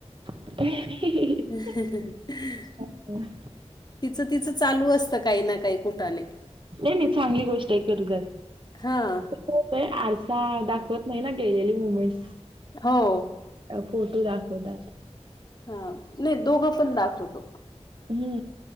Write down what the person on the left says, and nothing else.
ह
तिचं तिचं चालू असतं काही ना काही कुटानें
हां,
हो
हा नाही दोघं पण दाखवतो